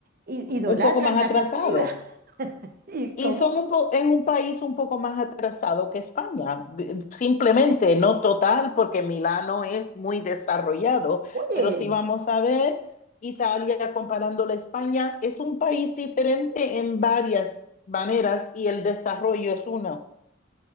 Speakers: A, on the right; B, on the left.
A: i- idolatran
B: un poco más atrasado.
A: la comida. <laughs> ¿Y
B: Y
A: cómo?
B: son un po- es un país un poco más atrasado que España, B- simplemente no total, porque Milano es muy desarrollado,
A: Oye.
B: pero si vamos a ver Italia comparándola a España, es un país diferente en varias maneras y el desarrollo es uno.